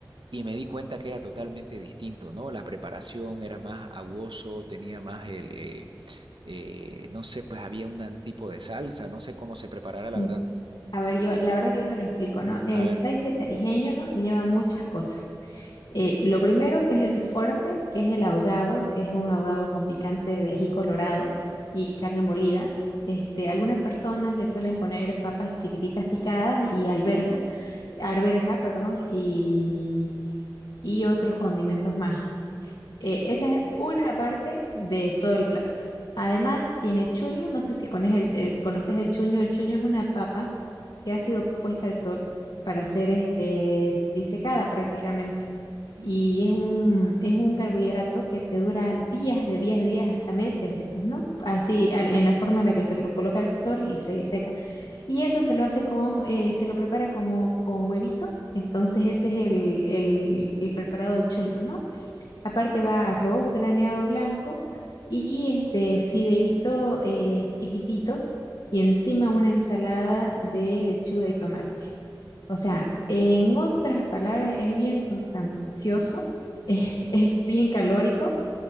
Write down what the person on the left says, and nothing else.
Mm.
A ver, yo, la verdad que yo te lo explico, ¿no? El
saice tarijeño lleva muchas cosas. Eh, lo primero que es el fuerte, que es el ahogado, que es un ahogado con picante de ají colorado y carne molida. Este, algunas personas le suelen poner papas chiquititas picadas y alberja, arberja, perdón, y, y otros condimentos más. Eh, esa es una parte de todo el plato. Además, tiene chuño, no sé si cones el- eh, conoces el chuño. El chuño es una papa que ha sido puesta al sol para ser este, disecada prácticamente
y es un, es un carbohidrato que te dura días, de 10 días hasta meses, digamos, ¿no? Así, al- en la forma en la que se lo coloca al sol y se diseca. Y eso se lo hace con, eh, se lo prepara como con huevito. Entonces ese es el, el, el preparado del chuño, ¿no? Aparte va arroz graneado blanco y este fideíto eh, chiquitito y encima una ensalada de lechuga y tomate. O sea, en otras palabras, es bien sustancioso, <laughs> es, es bien calórico,